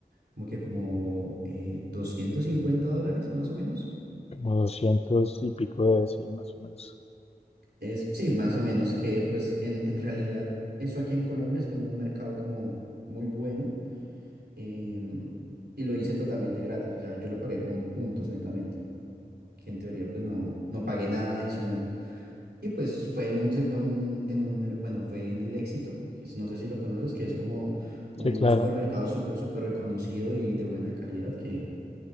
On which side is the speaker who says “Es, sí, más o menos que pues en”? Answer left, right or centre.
Right